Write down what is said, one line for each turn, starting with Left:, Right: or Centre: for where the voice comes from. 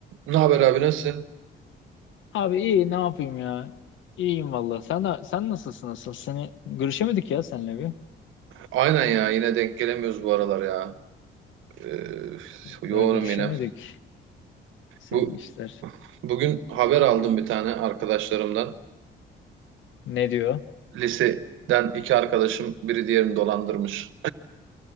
Right: Ne haber abi nasılsın?
Left: Abi iyi ne yapayım ya? İyiyim valla. Sen de- sen nasılsın asıl? Seni görüşemedik ya seninle bir.
Right: Aynen ya yine denk gelemiyoruz bu aralar ya. Ee,
Left: Daha
Right: yoğunum
Left: görüşemedik.
Right: yine.
Left: Senin
Right: Bu
Left: işler.
Right: bugün haber aldım bir tane arkadaşlarımdan.
Left: Ne diyor?
Right: Liseden iki arkadaşım biri diğerini dolandırmış.